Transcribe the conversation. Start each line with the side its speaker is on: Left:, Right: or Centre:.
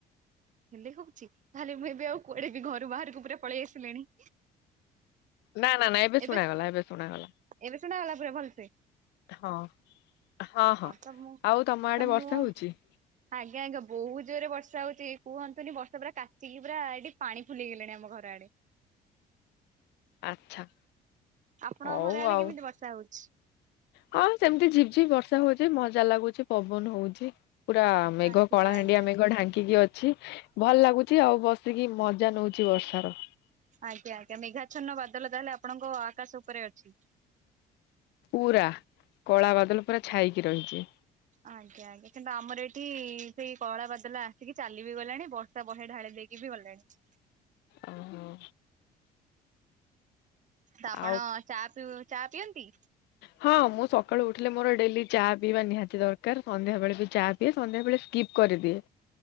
Right: ହେଲେ ହଉଛି ତାହେଲେ ମୁଁ ଏବେ ଆଉ କୁଆଡେ ବି ଘରୁ ବାହାରକୁ ପୁରା ପଳେଇ ଆସିଲିଣି।
Left: ନା ନା ନା ଶୁଣାଗଲା
Right: ଏବେ
Left: ଶୁଣାଗଲା
Right: ଏବେ ଶୁଣାଗଲା ପୁରା ଭଲସେ।
Left: ହଁ ହଁ ହଁ
Right: ତ ମୁଁ
Left: ଆଉ ତମ
Right: ତ
Left: ଆଡେ
Right: ମୁଁ
Left: ବର୍ଷା ହଉଛି?
Right: ଆଜ୍ଞା ଆଜ୍ଞା ବହୁତ ଜୋରରେ ବର୍ଷା ହଉଛି କୁହନ୍ତୁି ବର୍ଷା ପା କାଚିକି ପୁରା ଏଠି ପାଣି ଫୁଲିଗଲାଣି ଆମ ଘର ଆଡେ।
Left: ଆଚ୍ଛା
Right: ଆପଣଙ୍କ
Left: ହଉ
Right: ଘର ଆଡେ
Left: ଆଉ।
Right: କେମିତି ବର୍ଷା ହଉଛି।
Left: ହଁ ସେମ୍ତି ଝିପ୍ ଝିପ୍ ବର୍ଷା ହୋଉଚି ମଜା ଲାଗୁଚି ପବନ୍ ହୋଉଛି। ପୁରା ମେଘ
Right: ଆଜ୍ଞା
Left: କଳାହାଣ୍ଡିଆ
Right: ଆଜ୍ଞା
Left: ମେଘ ଢାଙ୍କିକି ଅଛି। ଭଲ୍ ଲାଗୁଚି ଆଉ ବସିକି ମଜା ନୋଉଚି ବର୍ଷାର।
Right: ଆଜ୍ଞା ଆଜ୍ଞା ମେଘାଛନ୍ନ ବାଦଲ ତାହେଲେ ଆପଣଙ୍କ ଆକାଶ ଉପରେ ଅଛି।
Left: ପୁରା କଳା ବଦଲ୍ ପୁରା ଛାଇକି ରହିଛି।
Right: ଆଜ୍ଞା ଆଜ୍ଞା କିନ୍ତୁ ଆମର ଏଠି ସେଇ କଳା ବାଦଲା ଆସିକି ଚାଲି ବିି ଗଲାଣି ବ ତ ବହେ ଢାଳି ଦେଇକି ବି ଗଲେଣି।
Left: ଅ ହଁ।
Right: ତ ଆପଣ
Left: ଆଉ
Right: ଚା ପିଉ ଚା ପିଅନ୍ତି?
Left: ହଁ ମୁଁ ସକାଳୁ ଉଠିଲେ ମୋର ଡେଲି ଚା ପିଇବା ନିହାତି ଦର୍କାର, ସନ୍ଧ୍ୟା ବେଳେ ବି ଚା ଏ ସନ୍ଧ୍ୟାବେଳେ ସ୍କିପ୍ କରିଦିଏ।